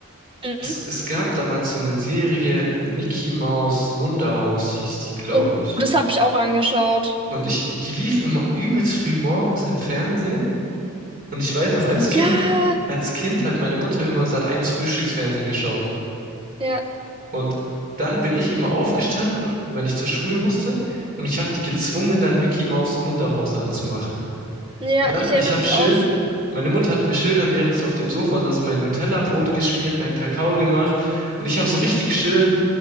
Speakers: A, on the right; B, on the right.
A: Mhm.
B: Es, es gab damals so eine Serie Mickey Mouse Wunderhaus, hieß die, glaube
A: Oh,
B: ich.
A: das habe ich auch angeschaut.
B: Und ich, die lief immer übelst früh morgens im Fernsehen. Und ich weiß noch, als Kind,
A: Ja,
B: als Kind hat meine Mutter immer Sat eins Frühstücksfernsehen geschaut.
A: ja,
B: Und dann bin ich immer aufgestanden, wenn ich zur Schule musste. Und ich habe die gezwungen, dann Mickey Maus Munderhaus anzumachen.
A: ja,
B: Und dann,
A: ich erinnere
B: ich habe
A: mich
B: schön,
A: auch.
B: meine Mutter hat mir schön, dann während ich auf dem Sofa saß, mein Nutella-Brot geschmiert, meinen Kakao gemacht. Und ich habe so richtig schön